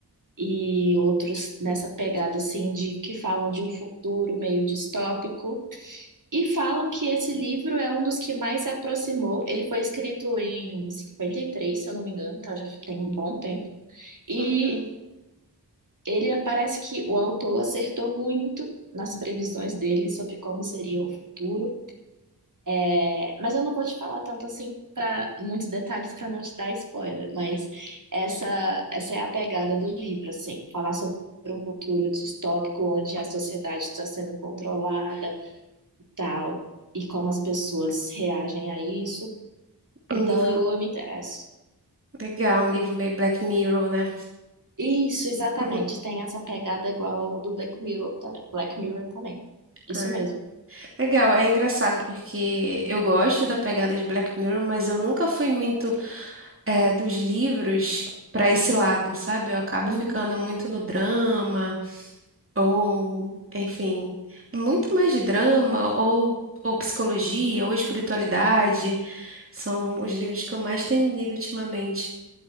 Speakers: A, on the right; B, on the right.
A: e oitenta e quatro e outros nessa pegada, assim, de que falam de um futuro meio distópico. E falam que esse livro é um dos que mais se aproximou. Ele foi escrito em 53, se eu não me engano, então já tem um bom tempo. E
B: Uhum.
A: Ele parece que o autor acertou muito nas previsões dele sobre como seria o futuro, É, mas eu não vou te falar tanto assim para muitos detalhes para não te dar spoiler, mas essa essa é a pegada do livro, assim, falar sobre um futuro distópico onde a sociedade está sendo controlada, e tal, e como as pessoas reagem a isso. Então
B: Um livro
A: eu, eu me interesso.
B: legal, um livro meio Black Mirror, né?
A: Isso, exatamente.
B: <laughs>
A: Tem essa pegada igual do Black Mirror também. Black Mirror também. Isso
B: Ah,
A: mesmo.
B: Legal, é engraçado porque eu gosto da pegada de Black Mirror, mas eu nunca fui muito eh, dos livros para esse lado, sabe? Eu acabo
A: Uhum.
B: ficando muito no drama. ou, enfim, muito mais de drama ou, ou psicologia ou espiritualidade. São os livros que eu mais tenho lido ultimamente.